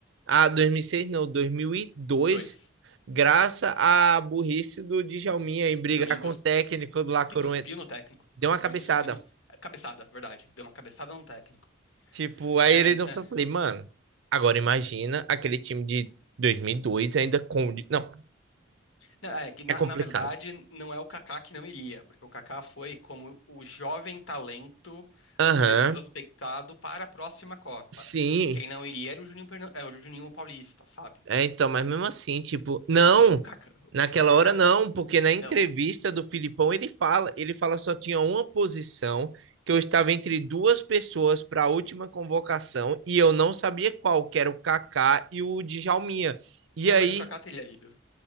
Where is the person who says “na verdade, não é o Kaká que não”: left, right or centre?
Left